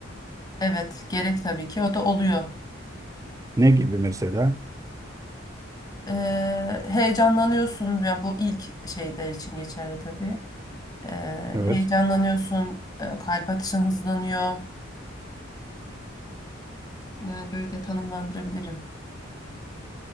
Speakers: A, on the left; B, on the right.
A: Evet, gerek tabii ki o da oluyor.
B: Ne gibi mesela?
A: Eee, heyecanlanıyorsun yani bu ilk şeyler için geçerli tabii. Ee,
B: Evet.
A: heyecanlanıyorsun, e, kalp atışın hızlanıyor. Yani böyle tanımlandırabilirim.